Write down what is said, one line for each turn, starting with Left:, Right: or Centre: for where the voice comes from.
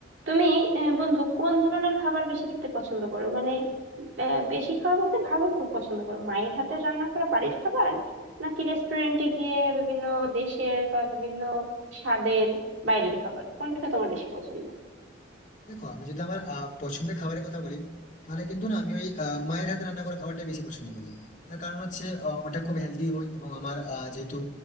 Right: তুমি আহ, বন্ধু কোন ধরনের খাবার বেশি খেতে পছন্দ করো মানে আহ, বেশি খাওয়া বলতে ভালো খাবার পছন্দ করো মায়ের হাতের রান্না করা বাড়ির খাবার নাকি রেস্টুরেন্টে গিয়ে বিভিন্ন দেশের বা বিভিন্ন স্বাদের বাইরের খাবার কোনটা তোমার বেশি পছন্দ
Left: দেখো আমি যদি আমার আহ, পছন্দের খাবারের কথা বলি তাহলে কিন্তু না আমি ওই আহ, মায়ের হাতে রান্না করা খাবারটাই বেশি পছন্দ করি তার কারণ হচ্ছে আহ, ওটা খুব হেলদি হয় এবং আমার আহ, যেহেতু